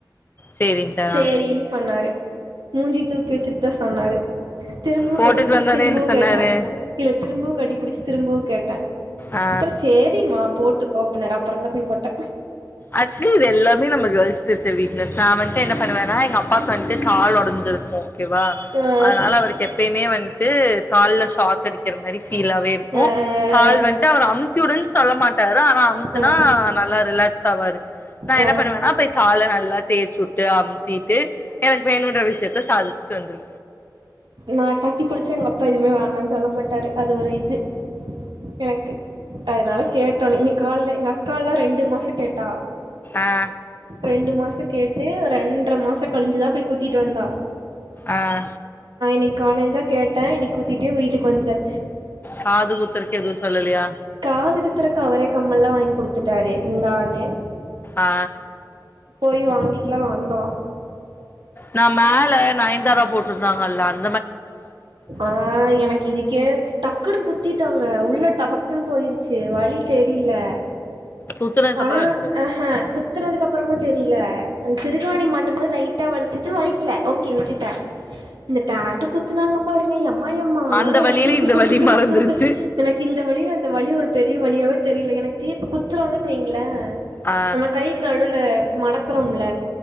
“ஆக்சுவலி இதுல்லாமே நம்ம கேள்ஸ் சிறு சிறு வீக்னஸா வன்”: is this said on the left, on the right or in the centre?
Left